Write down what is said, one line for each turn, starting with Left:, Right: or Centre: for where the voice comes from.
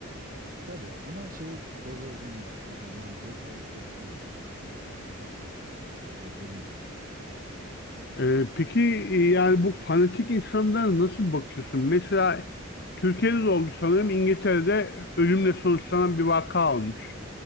Right: Tabii ama şey dozajında yani mantığı kaybetmeyecek kadar yani ufak böyle e, yeterince yani diyeyim.
Left: Ee, peki e, yani bu fanatik insanlara nasıl bakıyorsun? Mesela Türkiye'de de oldu sanırım İngiltere'de ölümle sonuçlanan bir vaka olmuş.